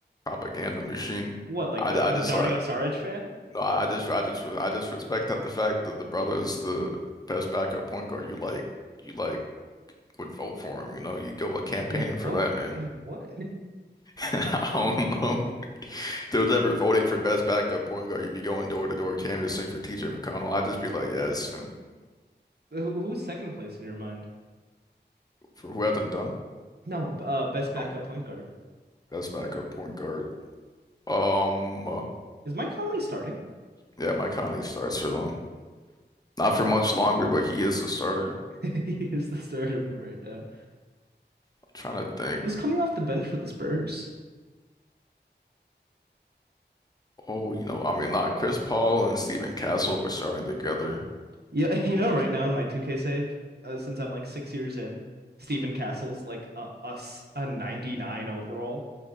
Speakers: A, on the left; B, on the right.
A: propaganda machine.
B: what? Like
A: I,
B: Da-
A: I
B: the
A: just
B: Dario
A: like
B: Saric fan?
A: no, I just I just I just respect that the fact that the brother is the best backup point guard. You like you like would vote for him. You know, you go like campaigning
B: In
A: for
B: what?
A: that man.
B: In what?
A: <laughs> I don't know. If there was ever voting for best backup point guard, you'd be going door to door canvassing for TJ McConnell. I'd just be like, yes, and
B: <laughs> Who- Who's second place in your mind?
A: for who hasn't done?
B: No, uh, best backup
A: Oh,
B: point guard.
A: best backup point guard. Um,
B: Is Mike Conley starting? <laughs>
A: yeah, Mike Conley starts for them. Not for much longer, but he is the starter.
B: He is the starter right now.
A: I'm trying to think.
B: Who's coming off the bench for the Spurs?
A: Oh, you know, I mean, not Chris Paul and Stephen Castle were starting together.
B: Yeah, <laughs> you know, right now in my 2K save, uh, since I'm like six years in, Stephen Castle's like a a, s- a 99 overall.